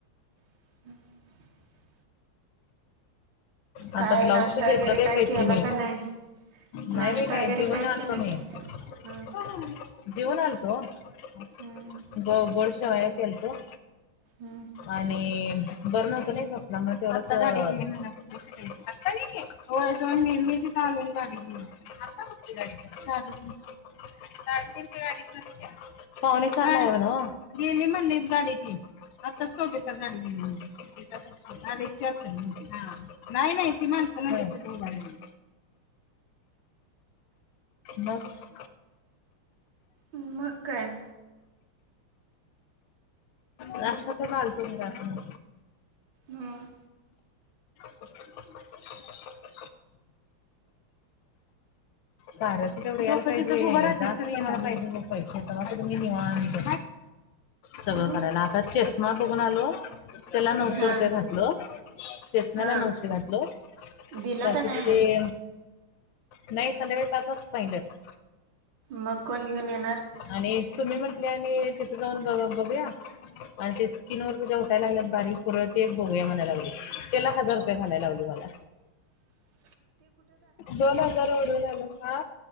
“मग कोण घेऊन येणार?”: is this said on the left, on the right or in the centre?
Right